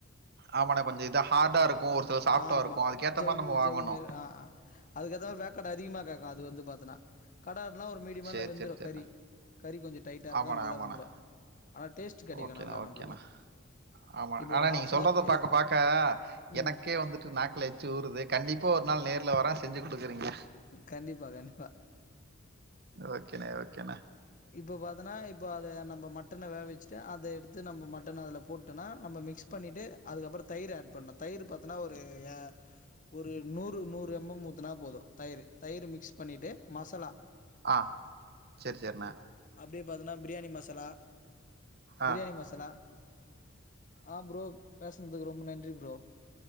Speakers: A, on the right; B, on the left.
A: ஆமாண்ணே கொஞ்சோ இது ஹார்டா இருக்கு ஒரு சில சாஃப்டாக
B: ஆமா
A: இருக்கும் அதுக்கேற்ற
B: ஜவ்வு
A: மாதிரி நம்ம
B: ஜவ்வு
A: வாங்கணும்
B: மேரி ஆ ஆ அதுக்கு ஏத்த மாரி வேக்காடு அதிகமா கேக்கு அது வந்து பாத்தனா கடா ஆடுல்லா ஒரு மீடியமால
A: சரி
B: வெந்துடு
A: சரி சரிண்ணே
B: கறி கறி கொஞ்சோ டைட்டா இருக்கு
A: ஆமாண்ணே
B: நல்லா
A: ஆமாண்ணே
B: வெந்துடு ஆனா டேஸ்ட் கெடைக்கு
A: ஓகேண்ணே
B: நல்லா
A: ஓகேண்ணே
B: நம்பளுக்கு
A: ஆமா
B: இப்போ
A: ஆனா
B: ஒரு ஹாஃப்னவர்
A: நீங்க சொல்றத
B: இல்ல
A: பாக்க பாக்க எனக்கே
B: ம்
A: வந்துட்டு நாக்குல எச்சு ஊறுது கண்டிப்பா ஒரு நாள் நேர்ல வர செஞ்சு குடுக்குறீங்க
B: கண்டிப்பா கண்டிப்பா
A: ஓகேன்ன ஓகேன்ன
B: இப்போ பாத்தனா இப்போ அத நம்ம மட்டன வேக வச்சுட்டு அத எடுத்து நம்ம மட்டன் அதுல போட்டோனா நம்ம மிக்ஸ் பண்ணிட்டு அதுக்கப்பற தயிர் ஆட் பண்ணு தயிர் பாத்தனா ஒரு அ ஒரு நூறு நூறு எம் எம் ஊத்துனா போது தயிரு தயிர் மிக்ஸ் பண்ணிட்டு மசலா
A: ஆ செர் செரிண்ண
B: அப்டியே பாத்தனா பிரியாணி மசலா பிரியாணி
A: ஆ,
B: மசலா ஆ ப்ரோ பேசுனதுக்கு ரொம்ப நன்றி ப்ரோ